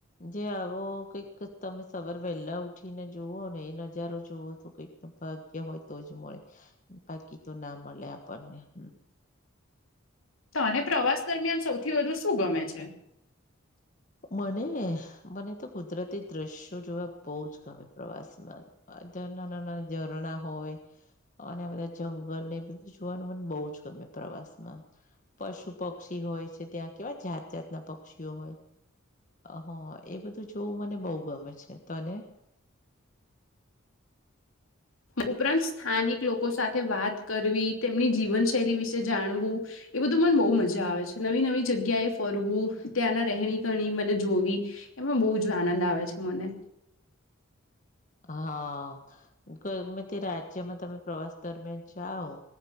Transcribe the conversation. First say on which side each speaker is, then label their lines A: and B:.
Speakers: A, on the left (about 35°); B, on the left (about 75°).
A: જે આવો કઈક તમે સવાર વહેલા ઉઠીને જુઓ ને એ નજારો જુવો તો કઈક ભાગ્ય હોય જ મળે બાકી તો ના મળે આપણને હ
B: તને પ્રવાસ દરમિયાન સૌથી વધુ શું ગમે છે? <inaudible>
A: મને મને તો કુદરતી દ્રશ્યો જોવા બહુ જ ગમે પ્રવાસમાં <unintelligible> નાના ઝરણા હોય અને આ બધા જંગલ ને બધું જોવાનું મને બહુ જ ગમે પ્રવાસમાં. પશુ પક્ષી હોય છે ત્યાં કેવા જાત જાતના પક્ષી હોય હ એ બધું જોવું મને બહુ ગમે છે. તને?
B: ઉપરાંત સ્થાનિક લોકો સાથે વાત કરવી તેમની જીવનશૈલી વિશે જાણવું એ બધું મને બહુ મજા આવે છે નવી નવી જગ્યાએ ફરવું ત્યાંના રહેણી કરણી મને જોવી એમાં બહુ જ આનંદ આવે છે મને.
A: હા ગમે તે રાજ્યમાં તમે પ્રવાસ દરમિયાન જાઓ